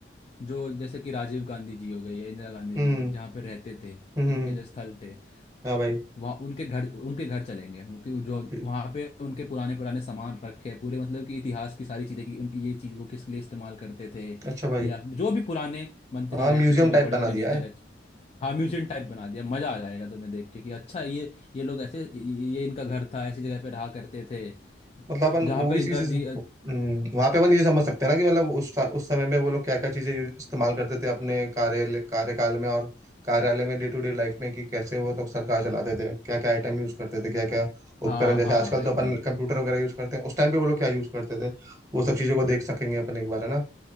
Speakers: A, on the left; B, on the right.
A: जो जैसे कि राजीव गांधी जी हो गए या इंदिरा गांधी
B: हम्म
A: जी जहाँ पे रहते थे
B: हम्म
A: इनके जो स्थल थे
B: हाँ भाई
A: वहाँ उनके घर उनके घर चलेंगे वो कि जो
B: ठीक
A: वहाँ पे उनके पुराने पुराने सामान रखे हैं पूरे मतलब कि इतिहास की सारी चीज़ें कि उन- ये चीज़ वो किस लिए इस्तेमाल करते थे
B: अच्छा भाई
A: या जो भी पुराने मंत्री
B: हाँ म्यूजियम
A: रह चुके जो
B: टाइप
A: बड़े
B: बना
A: बड़े
B: दिया
A: नेता
B: है
A: रह हाँ म्यूजियम टाइप बना दिया मजा आ जाएगा तुम्हें देख के कि अच्छा ये ये लोग ऐसे ये इनका घर था ऐसी जगह पे रहा करते थे
B: मतलब अपन
A: जहाँ
B: ओबीसी
A: पे इंदिरा
B: से
A: जी
B: वहां पे अपन ये समझ सकते हैं ना कि मतलब उस उस समय में वो लोग क्या क्या चीजें यूज- इस्तेमाल करते थे अपने कार्यालय कार्यकाल में और कार्यालय में डे टू डे लाइफ में कि कैसे वो लोग सरकार चलाते थे क्या क्या आइटम यूज करते थे क्या क्या
A: हाँ
B: उपकरण जैसे
A: हाँ
B: आजकल
A: हाँ,
B: तो
A: एकदम
B: अपन कंप्यूटर वगैरह यूज करते हैं उस टाइम पे वो लोग क्या यूज करते थे वो सब चीजों को देख सकेंगे अपन एक बार है ना